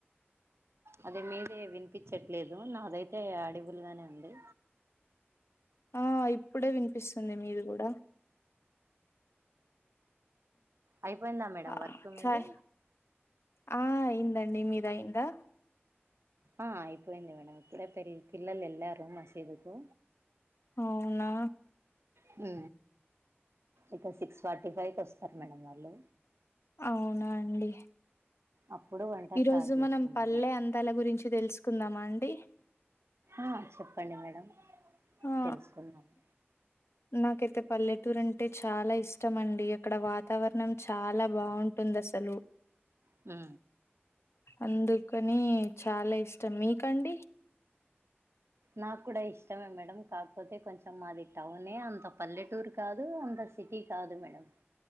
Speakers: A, on the right (about 85°); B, on the left (about 80°).
A: అది మీదే వినిపించట్లేదు నాదైతే అడవులుగానే ఉంది
B: ఆ ఇప్పుడే వినిపిస్తుంది మీది కూడా
A: అయిపోయిందా మేడం
B: ఆ
A: వర్క్ మీది
B: చాయ్ ఆ అయిందండి మీర అయ్యిందా
A: ఆ అయిపోయింది మేడంమ్ ఇప్పుడే పె పిల్లలు వెళ్ళారు మసీదుకు
B: అవునా
A: హు ఇక సిక్స్ ఫార్టీ ఫైవ్కి వస్తారు మేడంమ్ వాళ్ళు
B: అవునా అండి
A: అప్పుడు వంట
B: ఈ
A: స్టార్ట్
B: రోజు
A: చేసుకుంటాం
B: మనం పల్లె
A: మేడం
B: అందాల గురించి తెలుసుకుందామా అండి
A: ఆ చెప్పండి మేడం
B: ఆ
A: తెలుసుకున్నాను
B: నాకైతే పల్లెటూరు అంటే చాలా ఇష్టం అండి అక్కడ వాతావరణం చాలా బాగుంటుంది అసలు
A: హ
B: అందుకని చాలా ఇష్టం మీకండి
A: నాకు కూడా ఇష్టమే మేడం కాకపోతే కొంచెం మాది టౌన్ అంత పల్లెటూర్ కాదు అంత సిటీ కాదు మేడం